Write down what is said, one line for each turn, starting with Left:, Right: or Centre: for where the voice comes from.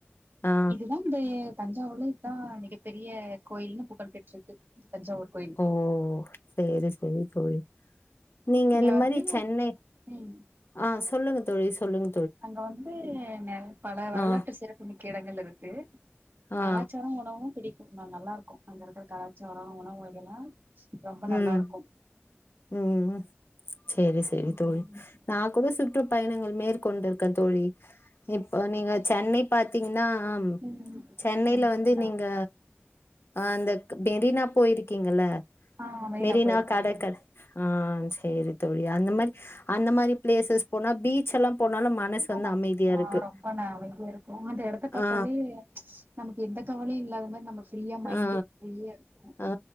Left: ஆ
Right: இதுதா ந்தே தஞ்சாவூர்லே இத்தா மிகப்பெரிய கோயில்னு புடல் பெச்சது இது தஞ்சாவூர் கொயில்
Left: ஓ சேரி சேரி தோழி நீங்க
Right: இங்க
Left: இந்த
Right: வந்து
Left: மாரி சென்னை
Right: ம்
Left: ஆ சொல்லுங்க தோழி சொல்லுங்
Right: அங்க வந்து நெ பல வரலாற்று
Left: ஆ
Right: சிறப்புமிக்க இடங்கள் இருக்கு
Left: ஆ
Right: கலாச்சாரோ உணவும் பிடிக் ந நல்லா இரு கு அந்த எடத்துல கலாச்சாரோ உணவு வ களா ரொம்ப நல்லா
Left: ம்
Right: இருக்கு
Left: ம் சேரி செரி
Right: ம்
Left: தோழி நாக்கூட சுற்றுப்பயணங்கள் மேற்க் கொண்டிர்க்க தோழி இப்ப நீங்க சென்னை பாத்திங் ன்னா அம்
Right: ம்
Left: சென்னைல
Right: செரிங்கண்ணா
Left: வந்து நீங்க அ அந்தக் மெரினா பொயிருக்கிங்கல
Right: ஆ
Left: மெரினா
Right: போயிருக்கே
Left: கடர்கர்
Right: தோழி
Left: ஆ சேரி தோழி அந்த மாரி அந்த மாரி பிளேசஸ் போனா பீச் எல்லா போனாலும் மனசு
Right: ஆமா
Left: வந்து அமைதியா
Right: ஆ
Left: இருக்கு
Right: ரொம்ப ந அமைதியா இருக்கு அந்த எடத்த பாத்தாலே
Left: ஆ
Right: நமக்கு எந்த கவலையு இல்லாத மாரி நம்ம ஃப்ரீயா மைண்டு
Left: ஆ
Right: ஃப்ரீயா இருக்கு
Left: ஆ